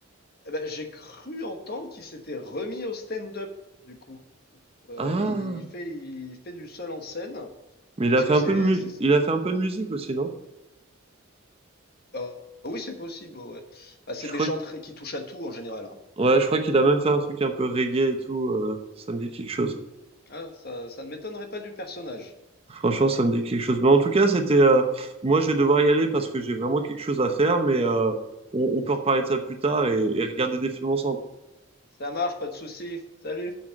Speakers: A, on the left; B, on the right.
A: Eh ben, j'ai cru entendre qu'il s'était remis au stand-up, du coup. Euh,
B: Ah!
A: il fait, il fait du seul en scène,
B: Mais il
A: parce
B: a fait
A: que
B: un
A: c'est...
B: peu de mu-
A: c'est-
B: il a fait un peu de musique aussi, non?
A: Ah oui, c'est possible, ouais. ouais. Bah, c'est
B: Je
A: des
B: crois
A: gens très, qui touchent à tout en général. hein.
B: Ouais, je crois qu'il a même fait un truc un peu reggae et tout. euh, ça me dit quelque chose.
A: Ah, ça, ça ne m'étonnerait pas du personnage.
B: Franchement, ça me dit quelque chose. Mais en tout cas, c'était. euh, moi, je vais devoir y aller parce que j'ai vraiment quelque chose à faire. Mais euh, on, on peut reparler de ça plus tard et et regarder des films ensemble.
A: Ça marche, pas de souci. Salut.